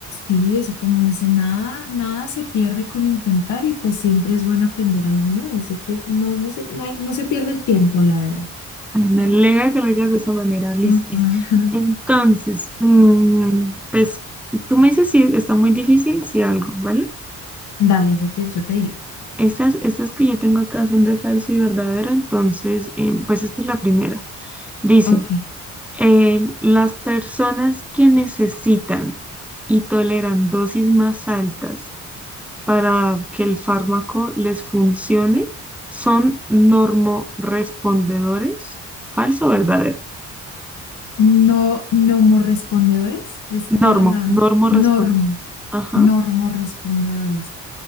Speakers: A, on the left (about 75°); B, in the centre.
A: Sí, eso como dice, nada, nada se pierde con intentar y pues siempre es bueno aprender algo nuevo, así que no, no se, no hay- no se pierde el tiempo, la verdad.
B: Ay, Me alegra que lo digas de esa manera, listis.
A: Ajá.
B: Entonces,
A: <laughs>
B: mm, pues tú me dices si está muy difícil, si algo, ¿vale?
A: Dale, yo te, yo te digo.
B: Estas, estas que yo tengo acá son de falso y verdadero, entonces, em, pues esta es la primera. Dice,
A: Ok.
B: eh, las personas que necesitan y toleran dosis más altas para que el fármaco les funcione son normorespondedores. ¿Falso o verdadero?
A: No, nomorrespondedores. Esa es
B: Normo,
A: la, la
B: normorespondedor.
A: normo.
B: Ajá.
A: Normorrespondedores.